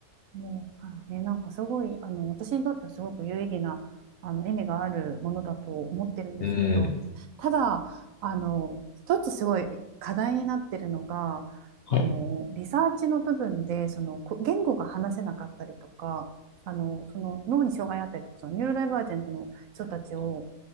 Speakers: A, on the right (about 70°); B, on the left (about 60°).
A: もうからね、なんかすごい、あの、私にとってはすごく有意義な、あの、意味があるものだと思ってるんですけど、
B: うん。
A: ただ、あの、一つすごい課題になってるのが、
B: はい。
A: あの、リサーチの部分で、その、こ言語が話せなかったりとか、あの、その脳に障害あったりとか、そのニューロダイバージェントの人たちを、